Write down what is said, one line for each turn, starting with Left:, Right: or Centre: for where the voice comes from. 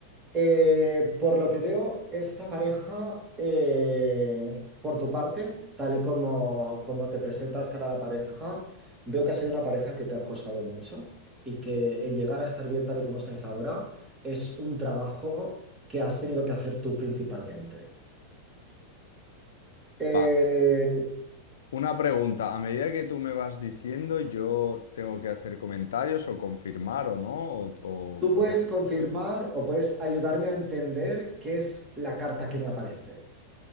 Right: Eh, por lo que veo, esta pareja, eh, por tu parte, tal y como, como te presentas cara a la pareja, veo que ha sido una pareja que te ha costado mucho y que el llegar a estar bien tal y como estáis ahora es un trabajo que has tenido que hacer tú principalmente. Eh,
Left: Va, una pregunta. A medida que tú me vas diciendo, yo tengo que hacer comentarios o confirmar o no, o, o
Right: Tú
Left: cómo
Right: puedes
Left: funciona.
Right: confirmar o puedes ayudarme a entender qué es la carta que me aparece.